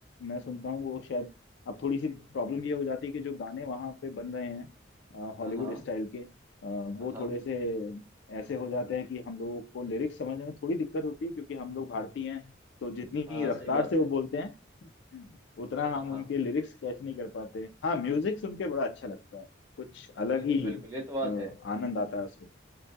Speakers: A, on the left (about 70°); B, on the right (about 15°).
A: मैं सुनता हूँ वो शायद अब थोड़ी सी प्रॉब्लम ये हो जाती है कि जो गाने वहाँ पे बन रहे हैं हॉलीवुड
B: हाँ हाँ
A: स्टाइल के अ, वो
B: हाँ हाँ
A: थोड़े से ऐसे हो जाते हैं कि हम लोगों को लिरिक्स समझने में थोड़ी दिक्कत होती है क्योंकि हम लोग भारतीय हैं तो जितनी
B: हाँ हाँ,
A: रफ्तार
B: सही बात
A: से
B: है
A: वो बोलते हैं उतना
B: हाँ
A: हम
B: हाँ
A: उनके लिरिक्स कैच नहीं कर पाते हाँ म्यूजिक सुन के बड़ा अच्छा लगता है कुछ अलग
B: बिल्कुल
A: ही
B: बिल्कुल ये तो बात
A: अ,
B: है
A: आनंद आता है उसमें